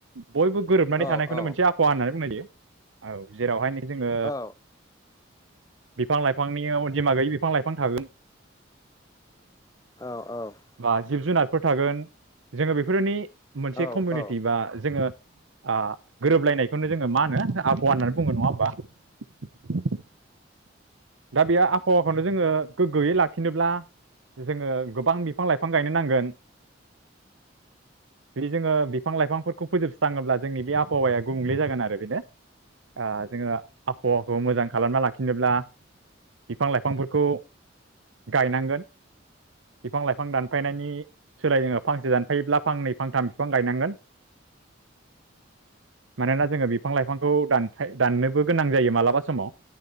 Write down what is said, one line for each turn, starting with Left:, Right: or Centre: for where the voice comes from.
Right: बयबो गोरोबनानै
Left: औ
Right: थानायखौनो
Left: औ
Right: मोनसे आबहावा होननानै बुंनायजायो औ जेरावहाय नि जोङो
Left: औ
Right: बिफां लाइफांनि अनजिमा गैयि बिफां लाइफां थागोन
Left: औ औ
Right: बा जिब जुनार फोर थागोन जोङो बेफोरनि मोनसे
Left: औ
Right: कमिउनिटि
Left: औ
Right: बा जोङो आ गोरोबलायनायखौनो जोङो मा होनो आबहावा होननानै बुङो नङा होमबा दा बेयो आबहावाखौनो जोङो गोगोयै लाखिनोब्ला जोङो गोबां बिफां लाइफां गायनो नांगोन बिदि जोङो बिफां लाइफांफोरखौ फोजोबस्राङोब्ला जोंनि बे आबहावाया गुबुंले जागोन आरो बेनो ओ जोङो आबहावाखौ मोजां खालामना लाखिनोब्ला बिफां लाइफांफोरखौ गायनांगोन बिफां लाइफां दानफायनायनि सोलाय जोङो फांसे दानफायोब्ला फांनै फांथाम बिफां गायनांगोन मानोना जोङो बिफां लाइफांखौ दानफाय दाननोबो गोनां जायो मालाबा समाव